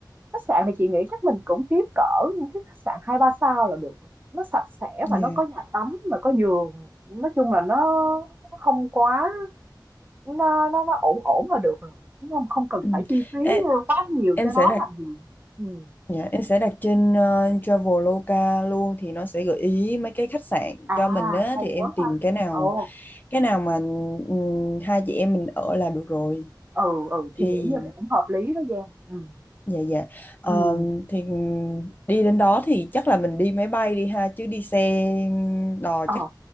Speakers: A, on the right; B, on the left.
A: Khách sạn thì chị nghĩ chắc mình cũng kiếm cỡ những cái khách sạn hai ba sao là được. Nó sạch sẽ
B: Dạ.
A: và nó có nhà tắm mà có giường. Nói chung là nó không quá nó nó nó ổn ổn là được rồi. Đúng không? Không cần
B: Ừm.
A: phải chi phí
B: Ê,
A: quá nhiều
B: em
A: cho
B: sẽ
A: nó
B: đặt
A: làm gì. Ừ.
B: Dạ, em sẽ đặt trên ờ, Traveloka luôn thì nó sẽ gợi ý mấy cái khách sạn
A: À,
B: cho mình á
A: hay
B: thì em
A: quá
B: tìm
A: ha.
B: cái nào
A: Ồ,
B: cái nào mà ừm, hai chị em mình ở là được rồi
A: ừ ừ
B: thì
A: chị nghĩ như vậy cũng hợp lý đó Giang. Ừ.
B: dạ dạ Ờ,
A: Ừ.
B: thì đi đến đó thì chắc là mình đi máy bay đi ha chứ đi xe đò
A: Ờ,
B: chắc